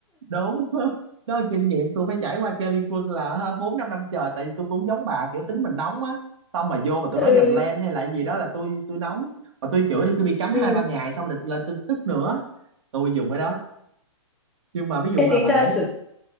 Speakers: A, on the right; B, in the centre.
A: đúng <laughs> đó là kinh nghiệm tôi phải trải qua chơi liên quân là ha, bốn năm năm trời tại vì tôi cũng giống bà kiểu tính mình nóng á xong mà vô mà tôi
B: ừ
A: nói giành len hay là gì đó là tôi tôi nóng mà tôi chữa thì cứ bị cấm
B: ừ
A: hai ba ngày xong là, là tôi tức nữa tôi dùng cái đó nhưng mà ví dụ mà
B: Ê, tính
A: bà
B: ra
A: để
B: sở